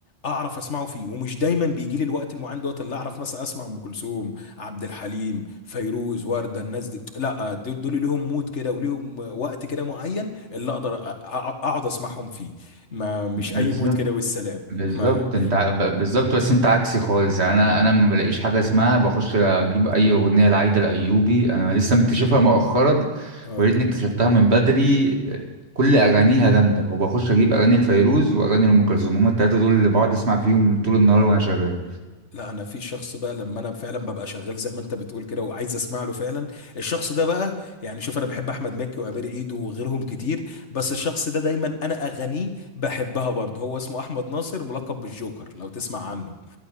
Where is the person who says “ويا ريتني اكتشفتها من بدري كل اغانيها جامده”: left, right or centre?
Right